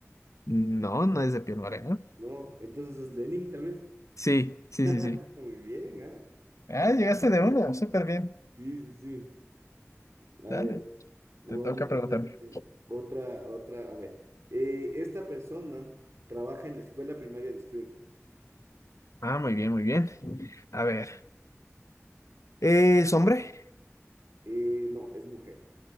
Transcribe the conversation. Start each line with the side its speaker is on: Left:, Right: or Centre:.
Left: No, no es de piel morena.
Right: ¿no? Entonces es Lenin, tal vez.
Left: Sí, sí, sí,
Right: <laughs>
Left: sí.
Right: Muy bien, ¿ah?
Left: Ah, llegaste de uno, súper bien.
Right: Sí, sí, sí. A
Left: Dale,
Right: ver, vamos
Left: te toca preguntarme.
Right: a hacer eh, otra, otra. A ver, Eh, esta persona trabaja en la escuela primaria de Springfield.
Left: Ah, muy bien, muy bien. A ver, Eh, ¿es hombre?
Right: Eh, no, es mujer.